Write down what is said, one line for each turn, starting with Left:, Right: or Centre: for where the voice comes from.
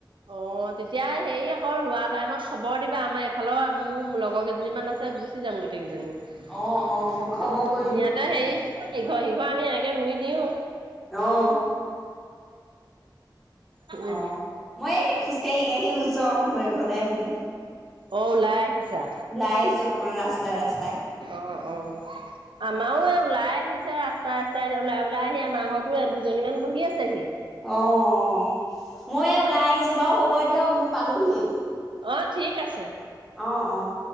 Right: অঁ', তেতিয়া হেৰি আকৌ ৰোৱা টাইমত খবৰ দিবা, আমাৰ এফালৰ মোৰ লগৰ কেইজনীমান আছে। আছে, গুচি যাম গোটেই কেইজনী। ইয়াতে
Centre: অ অ মই খবৰ কৰিম
Right: হেৰি ইঘৰ, সিঘৰ আমি এনেকে ৰুই দিও।
Centre: অঁ।
Right: উমঁ।
Centre: অ মই এই খোজকাঢ়ি‌-কাঢ়ি ওচৰ মানুহ এঘৰলৈ আহিলো।
Right: অ' ওলাই আহিছা।
Centre: ওলাই আহিছো অকণমান ৰাস্তা-ৰাস্তাই।
Right: অ', -অ', আমাৰো এই ওলাই আহি- ছে ৰাস্তা-ৰাস্তাই ওলাই-ওলাই আহি আমাৰ ঘৰৰতো এ দুজনীমান বহি আছে সি।
Centre: অঁ',। মই এই ওলাই আহিছো বাৰু হ'ব দিয়ক মই পালোহি।
Right: অঁ', -ঠিক আছে।
Centre: অঁ', -অঁ',।